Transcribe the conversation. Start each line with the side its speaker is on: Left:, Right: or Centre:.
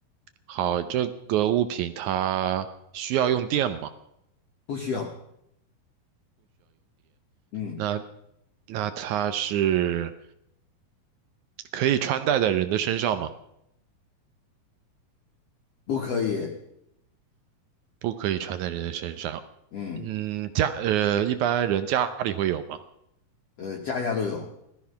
Right: 好，这个物品它需要用电吗？
Left: 不需要，嗯，
Right: 那那它是可以穿戴在人的身上吗？
Left: 不可以，
Right: 不可以穿在人的身上。
Left: 嗯，
Right: 嗯，家呃，一般人家里会有吗？
Left: 呃，家家都有，